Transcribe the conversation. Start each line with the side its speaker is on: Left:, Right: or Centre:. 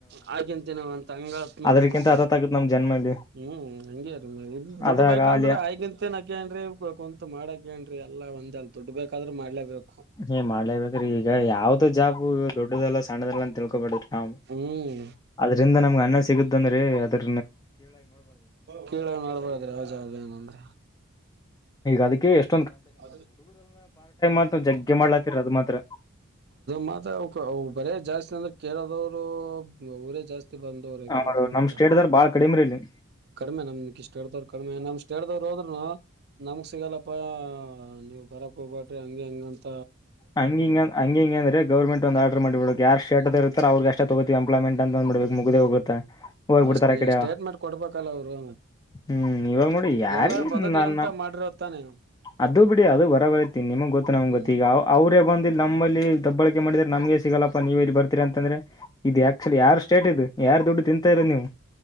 Right: ಹಾಗೆಂತ ನವ ಅಂತ ಹಂಗತ್ ನೋಡ್ರಿ
Left: ಅದ್ರಕ್ಕಿಂತ
Right: ಮತ್ತ
Left: ಹತ ಆಗತ್ ನಮ್ ಜನ್ಮ ಇಲ್ಲಿ
Right: ಹ್ಮ್ ಹಂಗ್ಯೀ ನೋ ದುಡ್ಡು
Left: ಅದ್ರಾಗ
Right: ಬೇಕಂದ್ರೆ
Left: ಅಲ್ಲಿ
Right: ಆಯಗಂತೇನ್ಾಕನ್್ರಿಂತತ್ ಮಾಡಕ ಹಏೇನ್ರಿ ಎಲ್ಲ ಒಂದ ಅಲ್ ದುಡ್ ಬೇಕಾದ್ರೆ ಮಾಡ್ಲೇಬೇಕು
Left: ಏ ಮಾಡ್ಲೇಬೇಕ್ರೀ ಈಗ ಯಾವ್ದ ಜಾಬು ದೊಡ್ಡದಲ್ಲಾ ಸಣ್ಣದಲ್ಲ ಅಂತ ತಿಳ್ಕೊಬೇಡ್ರಿ ಹ
Right: ಹ್ಮ್
Left: ಅದ್ರಿಂದ ನಮ್ಗೆ ಅನ್ನ ಸಿಗುತ್ತಂದ್ರೆ ಅದ್ರ
Right: ಕೀಳ ನಡ್ಬಾರ್ದ್ರ ಯಾವ ಜಾವ ಏನಂದ್ರ
Left: ಅದಕ್ಕೆ ಎಷ್ಟು
Right: ಅ
Left: ಅಂತ ಜಗ್ಗೆ ಮಾಡ್ಲಾತಿರ ಅದು ಮಾತ್ರ
Right: ಮಾತ್ರ ಬರೇ ಜಾಸ್ತಿ ಅಂದ್ರೆ ಕೇಳರೋದು ಊರೇ ಜಾಸ್ತಿ ಬಂದವ್ರ ಈ ಕಡೆ
Left: ಅವರು
Right: ಬಂಗ್ರ್
Left: ನಮ್ ಸ್ಟೇಟ್ದಾರ್ ಬಾಳ ಕಡಿಮೆ ಇಲ್ಲಿ
Right: ಕಡಿಮೆ ನಮ ಇಷ್ಟ ಕತವರು ಕಡಿಮೆ ನಮ ಡ್ದವ್ರು ಹೋದ್ೂ ನಮಗ್ ಸಿಗಲ್ಲಪ್ಪಾ ನೀವು ಬರಕ್ ಹೋಗ್ಬಟ್ರಿ ಹಂಗ ಹೆಂಗಂತ
Left: ಹಂಗ ಹಿಂಗ ಹಿಂಗಂದ್ರೆ ಗರ್ೆಟ್ ಒಂದು ಆರ್ಡರ್ ಮಾಡಬಡ ಯಾರ್ ಸ್ಟೇಟದ ಇರ್ತಾರ ಅವ್ರಗಷ್ಟ ತೋತಿವಿ ಎಂಪ್ಲಾಯ್ಮೆಂಟ್ ಅಂತಂದ್ಬಡ್ಬೇಕು ಮುಗದೆೇ ಹೋಗುತ್ತೆ ಹೋಗ್ಬಿಡ್ತಾರೆ
Right: ಅಷ್ಟನೇ
Left: ಕಡೆ
Right: ಸ್ಟೇಟ್ಮೆಂಟ್ ಕೊಡ್ಬೇಕಲ್ಲ ಅವ್ರು
Left: ಹ್ಮ್ ಇವಾಗ ನೋಡಿ ಯಾರ
Right: ಎಲ್ಲಾರ ಬದುಕ್ಲಿ
Left: ನನ್ನ
Right: ಅಂತ ಮಾಡಿರತಾನೆ
Left: ಅದುೂ ಬಿಡಿ ಅದು ಬರ ಬರತೀನಿ ನಿಮಗ್ ಗೊತ್ತ ನಮ್
Right: ಹ್ಮ್
Left: ಗೊತ್ತ ಈಗ ಅವರೇ ಬಂದಿ ನಮ್ಮಲ್ಲಿ ದಬ್ಬಳಕೆ ಮಾಡಿದ್ರ ನಮ್ಗೆ ಸಿಗಲ್ಲಪ್ಪ ನೀವೇಲ್ಲಿ ಬರ್ತೀರಾ ಅಂತಂದ್ರೆ ಇದು ಆ್ಯಕ್ಚುಲಿ ಯಾರ್ ಸ್ಟೇಟ್ ಇದು ಯಾರು ದುಡ್ಡು ತಿಂತಾರ ನೀವು